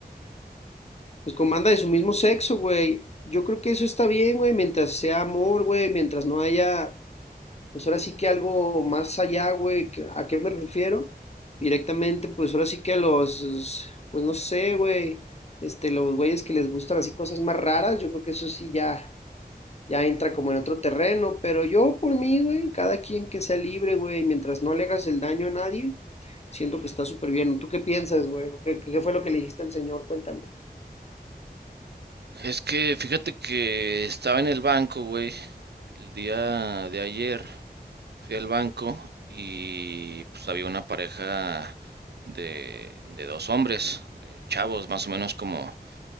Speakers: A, on the left; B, on the right.
A: pues con banda de su mismo sexo, güey. Yo creo que eso está bien, güey, mientras sea amor, güey, mientras no haya, pues ahora sí que algo más allá, güey, que- ¿a qué me refiero? Directamente, pues ahora sí que los, pues no sé, güey, este, los güeyes que les gustan así cosas más raras, yo creo que eso sí ya, ya entra como en otro terreno, pero yo por mí, güey, cada quien que sea libre, güey, mientras no le hagas el daño a nadie, siento que está súper bien. ¿Tú qué piensas, güey? ¿Qué, ¿Qué fue lo que le dijiste al Señor? Cuéntame.
B: Es que fíjate que estaba en el banco, güey, el día de ayer fui al banco y pues había una pareja de, de dos hombres, eh, chavos, más o menos como,